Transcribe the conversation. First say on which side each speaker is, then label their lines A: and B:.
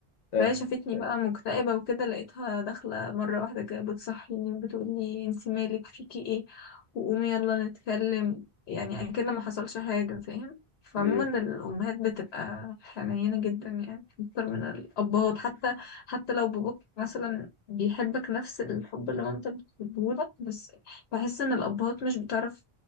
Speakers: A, on the left (about 45°); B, on the left (about 85°).
A: فاهم
B: فهي شافتني
A: فاهم
B: بقى مكتئبة وكده لقيتها داخلة مرة واحدة كده بتصحيني وبتقولي انتي مالك فيكي ايه وقومي يلا نتكلم يعني اكن ما حصلش حاجة فاهم فعموما
A: امم
B: الأمهات بتبقى حنينة جدا يعني أكتر من الأبهات حتى حتى لو باباك مثلا بيحبك نفس الحب اللي مامتك بتحبهولك بس بحس إن الأبهات مش بتعرف